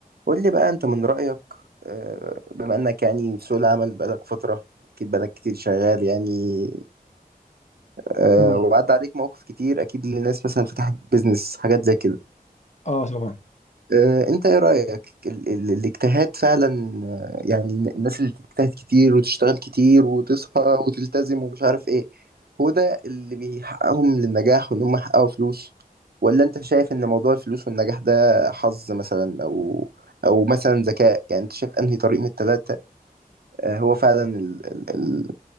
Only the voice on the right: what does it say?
قول لي بقى انت من رأيك آه، بما انك يعني في سوق العمل بقالك فترة اكيد بقالك كتير شغال يعني آه،
وعدى عليك مواقف كتير اكيد للناس مثلا فتحت بيزنس حاجات زي كده
آه، انت ايه رأيك ال ال الاجتهاد فعلا آه، يعني الناس اللي بتجتهد كتير وتشتغل كتير وتصحى وتلتزم ومش عارف ايه هو ده اللي بيحققهم للنجاح وان هم يحققوا فلوس ولا انت شايف ان موضوع الفلوس والنجاح ده حظ مثلا او او مثلا ذكاء يعني انت شايف انهي طريق من التلاتة آه، هو فعلا ال... ال... ال...